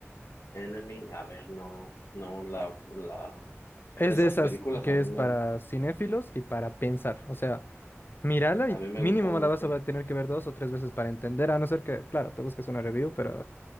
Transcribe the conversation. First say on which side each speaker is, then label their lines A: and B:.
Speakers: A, on the left; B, on the left.
A: Enemy, a ver, no, no, la, la,
B: Es
A: esas
B: de esas
A: películas
B: que
A: a mí
B: es
A: me,
B: para cinéfilos y para pensar. O sea, mírala
A: a
B: y
A: mí me
B: mínimo
A: gustan mucho.
B: la vas a tener que ver dos o tres veces para entender, a no ser que, claro, te busques una review, pero